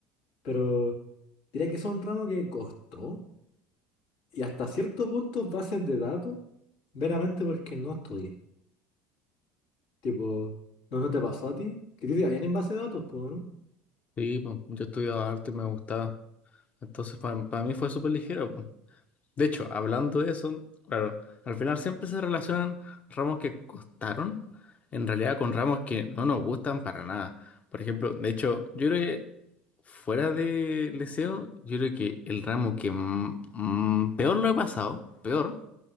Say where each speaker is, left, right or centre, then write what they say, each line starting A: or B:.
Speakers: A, on the left; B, on the left.
A: Pero diría que eso es un ramo que costó, y hasta cierto punto bases de datos, meramente porque no estudié. Tipo, ¿no, no te pasó a ti? Que a ti te habían en base de datos, pues, ¿no?
B: Sí, po. Yo estudiaba arte y me gustaba. Entonces, para mí fue súper ligero. po. De hecho, hablando de eso, claro, al final siempre se relacionan ramos que costaron, en realidad con ramos que no nos gustan para nada. Por ejemplo, de hecho, yo creo que fuera de Leseo, yo creo que el ramo que m- m- peor lo he pasado, peor,